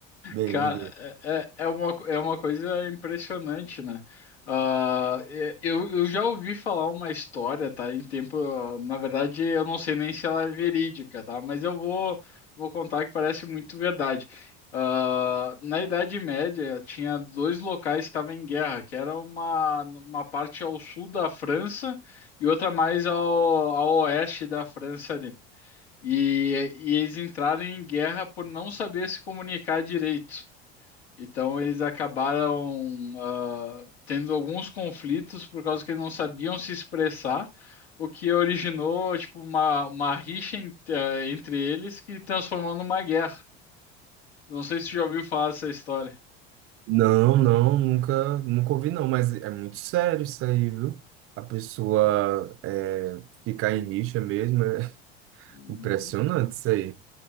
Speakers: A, on the right (about 45°); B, on the left (about 85°).
A: bem
B: Cara,
A: o inglês.
B: é, é é uma, co- é uma coisa impressionante, né? Ah, e- eu, eu já ouvi falar uma história, tá? Em tempo, na verdade, eu não sei nem se ela é verídica, tá? Mas eu vou, vou contar que parece muito verdade. Ah, na Idade Média, tinha dois locais que estavam em guerra, que era uma, uma parte ao sul da França e outra mais ao, ao oeste da França ali. E, e eles entraram em guerra por não saber se comunicar direito. Então eles acabaram ah, tendo alguns conflitos por causa que eles não sabiam se expressar, o que originou tipo uma, uma rixa en- ah, entre eles que transformou numa guerra. Não sei se você já ouviu falar dessa história.
A: Não, não, nunca, nunca ouvi não, mas é muito sério isso aí, viu? A pessoa é, ficar em rixa mesmo, é <laughs>
B: Uhum.
A: impressionante isso aí.